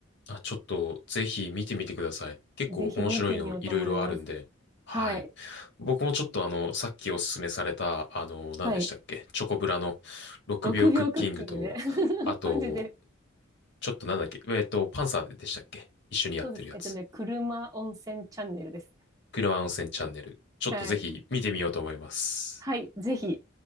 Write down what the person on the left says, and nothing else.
あ、ちょっとぜひ見てみてください。結構面白いのいろいろあるんで。
はい。
僕もちょっとあの、さっきおすすめされた、あの、何でしたっけチョコブラの6秒クッキングと、
あと、
ちょっとなんだっけえっと、パンサーでしたっけ一緒にやってるやつ。
車温泉チャンネル。ちょっとぜひ見てみようと思います。